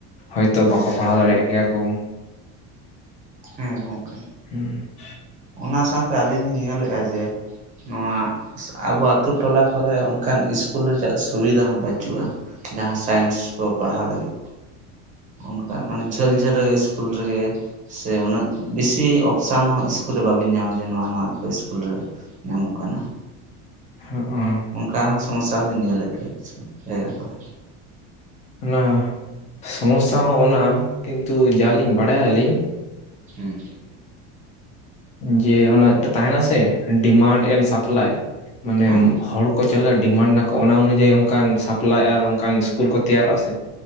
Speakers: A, on the left (about 20°); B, on the right (about 20°).
A: ᱦᱳᱭᱛᱳ ᱵᱟᱠᱚ ᱯᱟᱲᱦᱟᱣ ᱫᱟᱲᱮᱭᱟᱜ ᱜᱮᱭᱟ ᱠᱚ
B: ᱦᱮᱸ ᱜᱚᱝᱠᱮ
A: ᱦᱮᱸ
B: ᱚᱱᱟ ᱥᱟᱶᱛᱮ ᱟᱹᱞᱤᱧ ᱞᱤᱧ ᱧᱮᱞᱮᱫᱼᱟ ᱡᱮ ᱱᱚᱣᱟ ᱟᱵᱚ ᱟᱛᱩ ᱴᱚᱞᱟ ᱠᱚᱨᱮ ᱚᱱᱠᱟᱱ ᱤᱥᱠᱩᱞ ᱨᱮᱭᱟᱜ ᱥᱩᱵᱤᱫᱷᱟ ᱦᱚᱸ ᱵᱟᱹᱪᱩᱜᱼᱟ ᱡᱟᱦᱟᱸ ᱥᱟᱭᱮᱱᱥ ᱠᱚ ᱯᱟᱲᱦᱟᱣ ᱞᱟᱹᱜᱤᱫ ᱚᱱᱠᱟ ᱢᱟᱱᱮ ᱡᱷᱟᱹᱞ ᱡᱷᱟᱹᱞ ᱨᱮᱜᱮ ᱥᱠᱩᱞ ᱨᱮ ᱜᱮ ᱥᱮ ᱩᱱᱟᱹᱜ ᱵᱮᱥᱤ ᱚᱯᱷᱥᱮᱱ ᱦᱚᱸ ᱤᱥᱠᱩᱞ ᱫᱚ ᱵᱟᱹᱵᱤᱱ ᱧᱟᱢᱟ ᱡᱮ ᱱᱚᱣᱟ ᱱᱚᱣᱟ ᱠᱚ ᱥᱠᱩᱞ ᱨᱮ ᱧᱟᱢᱚᱜ ᱠᱟᱱᱟ
A: ᱦᱮᱜ ᱮ
B: ᱚᱱᱠᱟ ᱦᱚᱸ ᱥᱚᱢᱚᱥᱥᱟ ᱦᱚᱞᱤᱧ ᱧᱮᱞᱮᱫ ᱜᱮᱭᱟ ᱠᱤᱪᱷᱩ <unintelligible> ᱠᱚᱫᱚ
A: ᱚᱱᱟ ᱥᱚᱢᱚᱥᱥᱟ ᱦᱚᱸ ᱚᱱᱟ ᱠᱤᱱᱛᱩ ᱡᱟᱞᱤᱧ ᱵᱟᱲᱟᱭᱟ ᱟᱹᱞᱤᱧ
B: ᱦᱮᱸ
A: ᱡᱮ ᱮᱠᱴᱟ ᱛᱟᱦᱮᱸᱱᱟ ᱥᱮ ᱰᱤᱢᱟᱱᱰ ᱮᱱᱰ ᱥᱟᱯᱞᱟᱭ ᱢᱟᱱᱮ
B: ᱦᱮᱸ
A: ᱦᱚᱲ ᱠᱚ ᱪᱮᱫᱮᱠᱟ ᱰᱤᱢᱟᱱᱰ ᱱᱟᱠᱚ ᱚᱱᱟ ᱚᱱᱩᱡᱟᱭᱤ ᱚᱱᱠᱟᱱ ᱥᱟ ᱯᱞᱟᱭ ᱟᱨ ᱚᱱᱠᱟᱱ ᱤᱥᱠᱩᱞ ᱠᱚ ᱛᱮᱭᱟᱨᱚᱜᱼᱟ ᱥᱮ